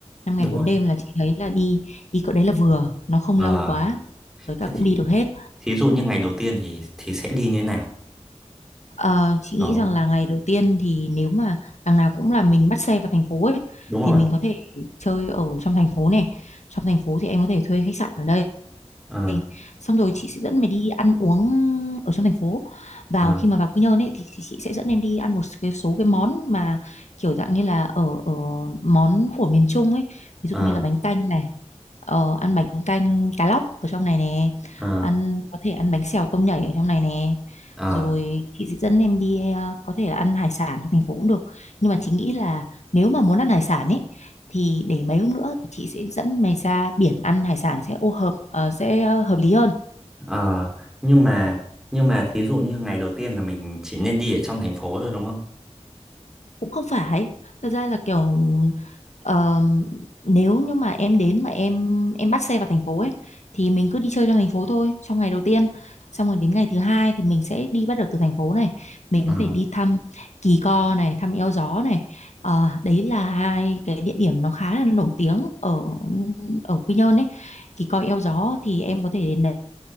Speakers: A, on the left (about 80°); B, in the centre.
A: năm
B: Đúng
A: ngày bốn
B: rồi.
A: đêm là chị thấy là đi đi cỡ đấy là vừa nó không
B: Ờ
A: lâu quá với cả
B: Thế
A: cũng
B: thì
A: đi được hết
B: thí dụ như ngày đầu tiên thì thì sẽ đi như thế nào?
A: Ờ, chị
B: Đó,
A: nghĩ rằng là ngày đầu tiên thì nếu mà đằng nào cũng là mình bắt xe vào thành phố ấy
B: đúng rồi.
A: thì mình có thể chơi ở trong thành phố này. Trong thành phố thì em có thể thuê khách sạn ở đây
B: Ờ,
A: này. xong rồi chị sẽ dẫn mày đi ăn uống ở trong thành phố vào
B: ờ,
A: khi mà vào Quy Nhơn ấy thì chị, chị sẽ dẫn em đi ăn một cái số cái món mà kiểu dạng như là ở ở món của miền Trung ấy ví dụ
B: ờ,
A: như là bánh canh này ờ, ăn bánh canh cá lóc ở trong này nè
B: ờ,
A: ăn có thể ăn bánh xèo tôm nhảy ở trong này nè
B: ờ,
A: rồi chị sẽ dẫn em đi ờ, có thể là ăn hải sản trong thành phố cũng được nhưng mà chị nghĩ là nếu mà muốn ăn hải sản ấy thì để mấy hôm nữa thì chị sẽ dẫn mày ra biển ăn hải sản sẽ ô hợp ờ, sẽ ờ, hợp lý hơn
B: ờ. Nhưng mà nhưng mà thí dụ như ngày đầu tiên là mình chỉ nên đi ở trong thành phố thôi đúng không?
A: cũng không phải thật ra là kiểu ờ, nếu như mà em đến mà em em bắt xe vào thành phố ấy thì mình cứ đi chơi trong thành phố thôi trong ngày đầu tiên xong rồi đến ngày thứ hai thì mình sẽ đi bắt đầu từ thành phố này mình
B: Ờ,
A: có thể đi thăm Kỳ Co này thăm Eo Gió này Ờ, đấy là hai cái địa điểm nó khá là nổi tiếng ở ở Quy Nhơn ấy Kỳ Co Eo Gió thì em có thể đến đấy